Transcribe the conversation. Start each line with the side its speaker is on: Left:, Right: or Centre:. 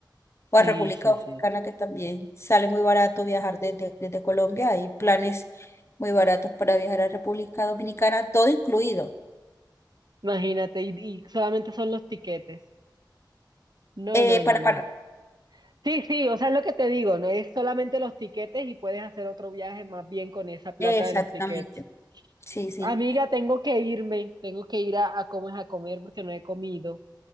Left: o
Right: sí,
Left: a República
Right: sí,
Left: Dominicana,
Right: sí.
Left: que también sale muy barato viajar desde, desde Colombia. Hay planes muy baratos para viajar a República Dominicana, todo incluido.
Right: Imagínate, y, y solamente son los tiquetes. No,
Left: Eh,
Right: no, no,
Left: para
Right: no.
Left: Panamá.
Right: Sí, sí, o sea, es lo que te digo, no es solamente los tiquetes y puedes hacer otro viaje más bien con esa plata
Left: Exactamente.
Right: de los tiquetes.
Left: Sí, sí.
Right: Amiga, tengo que irme, tengo que ir a, a comer a comer porque no he comido.